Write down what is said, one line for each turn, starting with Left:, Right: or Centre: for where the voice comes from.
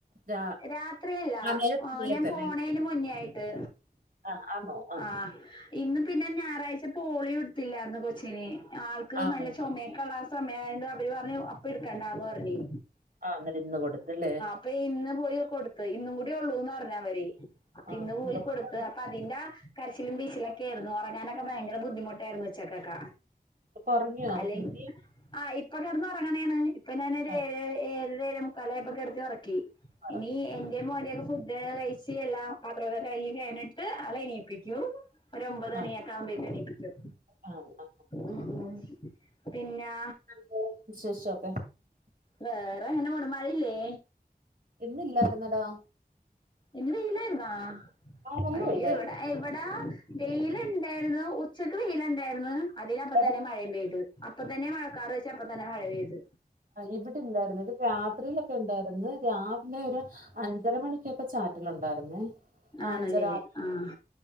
Right: രാ-
Left: രാത്രിയല്ല,
Right: ആ നേരത്തെ നേരത്തെ
Left: ഞാൻ പോണേനുമുന്നേയായിട്ട്.
Right: ആഹ്.. ആണോ ആ
Left: ആഹ്.. ഇന്നുപിന്നെ ഞായറാഴ്ച പോളിയോ കൊടുത്തില്ലായിരുന്നോ കൊച്ചിന്. ആൾക്ക്
Right: ആ ആ
Left: നല്ല
Right: ആ,
Left: ചുമയൊക്കെള്ള
Right: ആ.
Left: സമയമായണ്ട് അവരുപറഞ്ഞു, അപ്പ ടുക്കണ്ടാന്നുപറഞ്ഞു.
Right: ആ ഇന്ന്ട് കൊടുത്തല്ലേ..
Left: പ്പ ഇന്ന്പോയി കൊടുത്തു. ഇന്നുകൂടി യുള്ളൂന്നു പറഞ്ഞ് അവര് അപ്പ
Right: ആ
Left: ഇന്ന് പോയി
Right: നിർബന്ധം
Left: കൊടുത്ത് അപ്പ അതിന്റെ കരച്ചിലും ബീച്ചിലൊക്കെ ആയിരുന്നു ഒറങ്ങാനൊക്ക ഭയങ്കര ബുദ്ധിമുട്ടായിരുന്നു ഉച്ചക്കെക്ക
Right: ഇപ്പൊ ഉറങ്ങിയോ
Left: അല്ലെങ്കി
Right: നീ
Left: ആ ഇപ് ഇപ്പൊ കിടന്നുറങ്ങണേയാണ്, ഇപ്പൊ ഞാനൊരു
Right: ആ
Left: ഏഴ്, ഏഴര ഏഴേമുക്കാലായപ്പോ കിടത്തിയുറക്കി
Right: ഉറങ്ങി
Left: ഇനി
Right: ഉം.
Left: യെന്റെയുംമോന്റെയൊക്കെ ഫുഡുകഴിച്ച് എല്ലാ പാത്രക്കെ കഴികി കഴിഞ്ഞിട്ട് ആളെയെണീ പിക്ക്യൂ ഒരൊമ്പത്
Right: ആ
Left: മണിയൊക്കെ യാവുമ്പോക്ക് എണീപ്പിക്കും
Right: ആ ആ
Left: ഉം ഉം പിന്നാ
Right: ഉം വിശേഷം
Left: വേറെയെങ്ങനെ പോണു മഴയില്ലേ.
Right: ഇന്നില്ലായിരുന്നടാ
Left: ഇന്ന് വെയിലായിരുന്നാ
Right: ആ നല്ല
Left: അയ്യൊ
Right: വെയിലായിരുന്നു
Left: ഇവിടെ ഇവിട വെയിലുണ്ടായിരുന്നു ഉച്ചയ്ക്ക് വെയിലുണ്ടായിരുന്നു അതിനപ്പ
Right: എടക്ക്
Left: തന്നെ മഴയും പെയ്ത് അപ്പ തന്നെ മഴക്കാർ വെച്ച് അപ്പ തന്നെ മഴ പെയ്ത്
Right: ഇവിടെ ഇല്ലായിരുന്നു ഇത് രാത്രിയിലൊക്കെ ഉണ്ടായിരുന്നു രാവിലെ ഒരു അഞ്ചര മണിക്കൊക്കെ ചാറ്റലുണ്ടായിരുന്നേ ആഹ്
Left: ആണല്ലേ
Right: അഞ്ചര
Left: ആഹ്